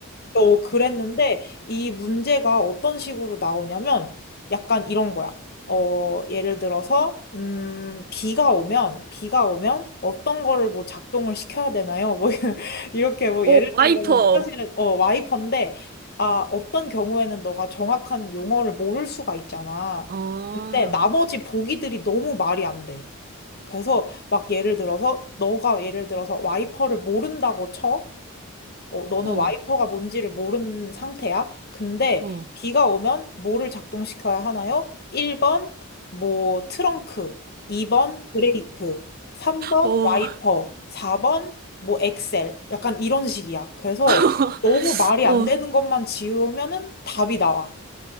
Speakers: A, on the left; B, on the right.
A: 어, 그랬는데 이 문제가 어떤 식으로 나오냐면 약간 이런 거야. 어, 예를 들어서 음, 비가 오면 비가 오면 어떤 거를 뭐 작동을 시켜야 되나요? 뭐 <laughs> 이렇게 뭐
B: 어,
A: 예를
B: 와이퍼.
A: 들면 사실은 어, 와이퍼인데 아, 어떤 경우에는 너가 정확한 용어를 모를 수가 있잖아.
B: 아,
A: 근데 나머지 보기들이 너무 말이 안 돼. 그래서 막 예를 들어서 너가 예를 들어서 와이퍼를 모른다고 쳐. 어, 너는
B: 어,
A: 와이퍼가 뭔지를 모르는 상태야. 근데
B: 어,
A: 비가 오면 뭐를 작동시켜야 하나요? 1번 뭐 트렁크, 2번 브레이크, 3번
B: 어,
A: 와이퍼, 4번 뭐 엑셀. 약간 이런 식이야. 그래서
B: <laughs>
A: 너무 말이
B: 어,
A: 안
B: 어,
A: 되는 것만 지우면은 답이 나와.